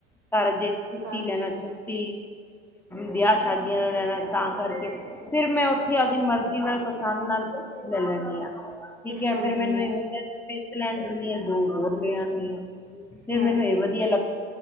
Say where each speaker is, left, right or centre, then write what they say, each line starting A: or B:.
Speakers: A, in the centre; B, on the right.
A: ਸਾਰਾ ਜੇ ਸੁੱਤੀ
B: ਹਾਂਜੀ
A: ਲੈਣਾ ਸੁੁੱਤੀ ਵਿਆਹ ਸ਼ਾਦੀਆਂ ਦਾ ਰਹਿਣਾ ਤਾਂ ਕਰਕੇ ਫਿਰ ਮੈਂ ਉੱਥੇ ਆਪਦੀ ਮਰਜ਼ੀ ਨਾਲ ਪਸੰਦ ਨਾਲ ਲ ਲਣੀਆਂ ਠੀਕ ਹੈ
B: ਹਾਂਜੀ
A: ਫਿਰ ਮੈਨੂੰ ਇੰਗਲੈਂ ਇੱਕ ਲੈਂਨ ਦੇਦੀ ਆ ਦੋ ਹੋਰ ਲੈ ਆਦੀ ਆ ਫਿਰ
B: ਹਾਂਜੀ
A: ਮੈਨੂੰ ਇਹ ਵਧੀਆ ਲੱਗਦਾ